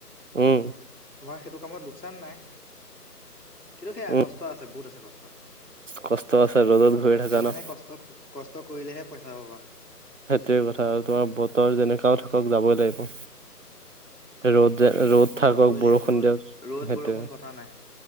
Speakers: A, on the right; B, on the left.
A: উম
B: তোমাৰ সেইটো কামত লোকচান নাই কিন্তু সেয়া
A: উম
B: কষ্ট আছে বহুত আছে কষ্ট
A: কষ্ট আছে ৰ'দত ঘূৰি থাকা
B: তুমি
A: ন
B: মানে কষ্ট কষ্ট কৰিলেহে পইচা পাবা
A: সেইটোৱে কথা আৰু তোমাৰ বতৰ যেনেকাও থাকক যাবই লাগিব ৰ'দ ৰ'দ থাকক
B: যাবই লাগিব
A: বৰষুণ
B: ৰ'দ
A: দিয়ক
B: ৰ'দ
A: সেইটোৱে
B: বৰষুণ কথা নাই।